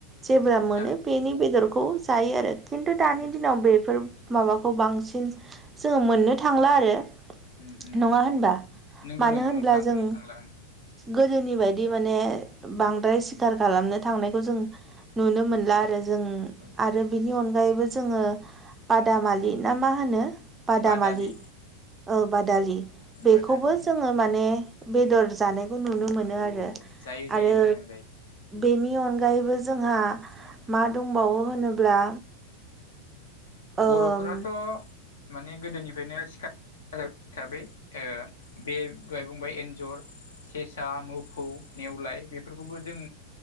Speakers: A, on the right; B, on the left.
A: जेब्ला
B: उम
A: मोनो
B: जान
A: बेनि बेदरखौ
B: उम
A: जायो आरो खिन्थु दानि
B: उम
A: दिनाव बेफोर माबाखौ बांसिन जोङो मोननो थांला आरो।
B: उम उम
A: नङा
B: उम
A: होनबा
B: नंगौ
A: मानो
B: नंगौ
A: होनब्ला
B: नोंथां
A: जों
B: होननो थांला आं
A: गोदोनि बायदि माने बांद्राय सिखार खालामनो थांनायखौ जों नुनो मोनला आरो जों
B: औ
A: आरो बेनि अनगायैबो जोङो बादामालि ना मा होनो बादामालि
B: बादालि
A: औ बादालि। बेखौबो
B: बादालि
A: जोङो माने बेदर जाना खौ नुनो
B: औ
A: मोनो आरो
B: जायो जायो
A: आरो
B: नोंथां
A: बेनि अनगायैबो जोंहा
B: उम
A: मा दंबावो होनोब्ला ओम
B: बर'फोराथ' माने गोदोनिफ्रायनो सिखार हिसाबै ओ बे दहाय बुंबाय एन्जर सेसा मोफौ नेवलाय बेफोरखौबो जों